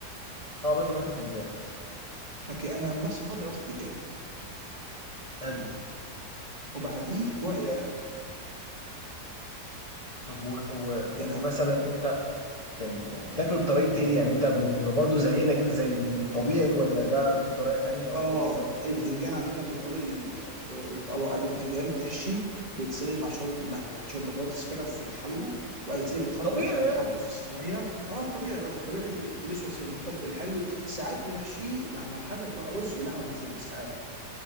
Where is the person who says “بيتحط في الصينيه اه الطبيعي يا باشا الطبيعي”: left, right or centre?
Right